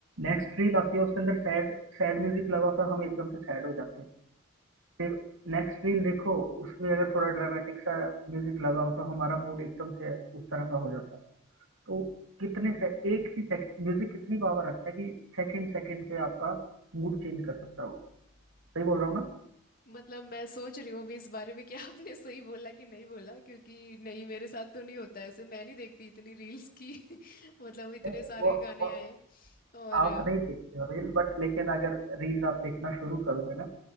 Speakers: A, on the right; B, on the left.
A: नेक्स्ट रील आती है उसके अंदर सैड सैड म्यूजिक लगा होता है हम एकदम से सैड हो जाते हैं फिर नेक्स्ट रील देखो उसमें अगर थोड़ा ड्रामेटिक सा म्यूजिक लगा हो तो हमारा मूड एकदम से उस तरह का हो जाता है तो कितने से एक ही सेकंड म्यूजिक कितनी पावर रखता है कि सेकंड सेकंड पे आपका मूड चेंज कर सकता हो सही बोल रहा हूँ ना
B: मतलब मैं सोच रही हूँ अभी इस बारे में कि <laughs> आपने सही बोला कि नहीं बोला क्योंकि नहीं मेरे साथ तो नहीं होता ऐसे मैं नहीं देखती इतनी रील्स की <laughs> मतलब इतने
A: नहीं
B: सारे
A: वो,
B: गाने
A: वो
B: आए और
A: आप नहीं देखते हो रील बट लेकिन अगर रील आप देखना शुरू करोगे ना